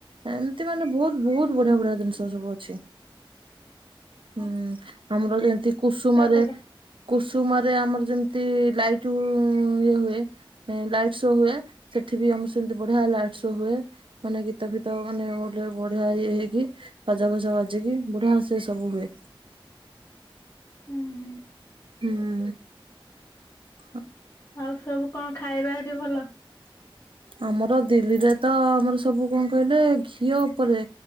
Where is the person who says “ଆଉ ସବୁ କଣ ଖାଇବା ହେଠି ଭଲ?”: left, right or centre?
Left